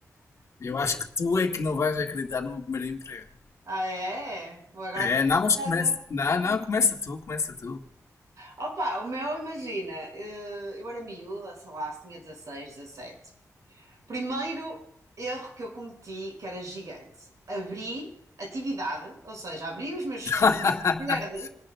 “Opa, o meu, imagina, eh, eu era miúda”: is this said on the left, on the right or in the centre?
Right